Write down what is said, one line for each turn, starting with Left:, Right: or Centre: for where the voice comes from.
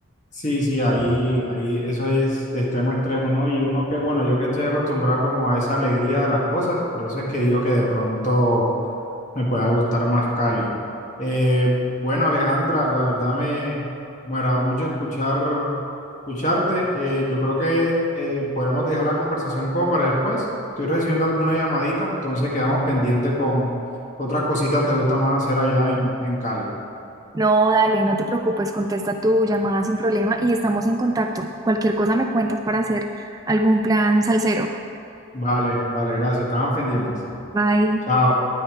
Left: Sí, sí, ahí, ahí, eso es de extremo a extremo, ¿no? Y uno que, bueno, yo que estoy acostumbrado como a esa alegría de las cosas, por eso es que digo que de pronto me pueda gustar más Cali. Eh, bueno, Alejandra, la verdad me, me agradó mucho escuchar, escucharte. Eh, yo creo que eh, podemos dejar la conversación como para después. Estoy recibiendo alguna llamadita, entonces quedamos pendientes con otras cositas te gusta más hacer allá en, en Cali.
Right: No, dale, no te preocupes, contesta tu llamada sin problema y estamos en contacto. Cualquier cosa me cuentas para hacer algún plan salsero.
Left: Vale, vale, gracias. Estamos pendientes.
Right: Bye.
Left: Chao.